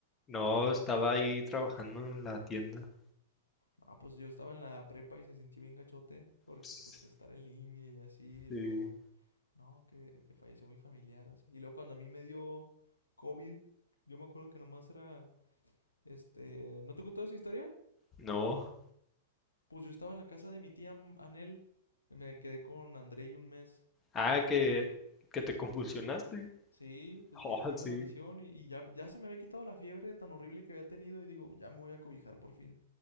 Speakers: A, on the left (about 25°); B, on the left (about 85°).
A: No, estaba ahí trabajando en la tienda.
B: Ah, pues yo estaba en la prepa y se sintió bien gachote, porque
A: Ps,
B: pues estar en línea y así, y
A: sí.
B: luego, no, que, que falleció mi familiar o así. Y luego cuando a mí me dio COVID, yo me acuerdo que nomás era, este, ¿no te contó esa historia?
A: No.
B: Pues yo estaba en la casa de mi tía Anel, me quedé con André y un mes,
A: Ah,
B: porque
A: que, que te convulsionaste.
B: Sí, pues
A: Ah,
B: que ya me iba
A: sí.
B: a la misión y, y ya, ya se me había quitado la fiebre tan horrible que había tenido y digo, ya me voy a cobijar por fin.